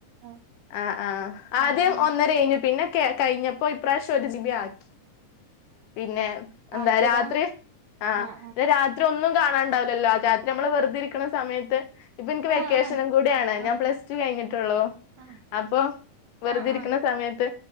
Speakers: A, on the right (about 80°); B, on the left (about 75°).
A: ആഹ്
B: ആ ആഹ് ആദ്യം
A: ആഹ് ആഹ്
B: ഒന്നര ഏനു പിന്നെ ക്കെ കഴിഞ്ഞപ്പോ ഇപ്രാവിശ്യം ഒരു ജിബി ആക്കി പിന്നേ എന്താ
A: ആക്കിയതാ
B: രാത്രി ആ
A: ആഹ്
B: രാത്രി ഒന്നും കാണാണ്ടാവില്ലല്ലോ ആ രാത്രി നമ്മൾ വെറുതെ ഇരിക്ക്ണ സമയത്ത് ഇപ്പൊ ഇൻക്ക് വെക്കേഷനും
A: ആഹ് ആഹ്
B: കൂടിയാണ്
A: ആഹ്
B: ഞാൻ പ്ലസ് ടു കഴിഞ്ഞിട്ടുള്ളൂ
A: ആഹ്
B: അപ്പൊ വെറുതെ
A: ആഹ്
B: ഇരിക്ണ
A: ആഹ്
B: സമയത്ത്